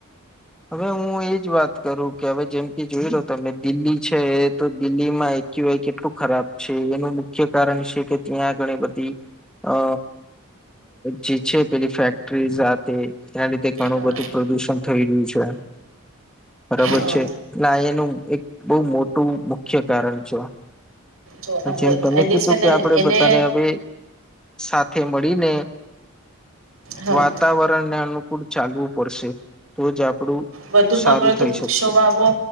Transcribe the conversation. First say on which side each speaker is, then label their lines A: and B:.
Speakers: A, in the centre; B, on the right.
A: હવે હું એજ વાત કરું કે હવે જેમ કે જોઈ લો તમે દિલ્હી છે, તો દિલ્હીમાં એક્યુઆઈ કેટલું ખરાબ છે, એનું મુખ્ય કારણ છે કે ત્યાં ઘણી બધી અ જે છે પેલી ફેક્ટરી સાથે ત્યારે તે ઘણું
B: હા
A: બધું
B: હા
A: પ્રદુષણ થઈ રહ્યું છે. <unintelligible> <inaudible> <inaudible> બરાબર
B: હા
A: છે, ના એનું એક બહુ મોટું મુખ્ય કારણ છે.
B: જો હવે
A: જેમ તમે
B: એને
A: કીધું
B: છે ને
A: કે આપડે
B: એને
A: બધાને હવે. સાથે મળીને
B: હા
A: વાતાવરણને અનુકૂ ચાલવું પડશે તો જ
B: વધુમાં
A: સારું
B: વધુ
A: થઈ
B: વૃક્ષો
A: શકશે
B: વાવો